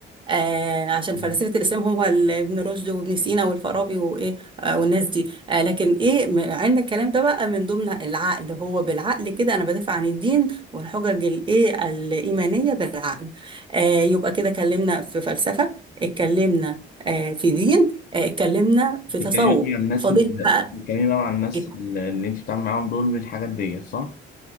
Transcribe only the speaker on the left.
مم.
بتتكلمي
بقى مع الناس
اللي
بتتكلمي بقى مع الناس
اللي اللي أنت بتتعاملي معاهم دول بالحاجات ديت صح؟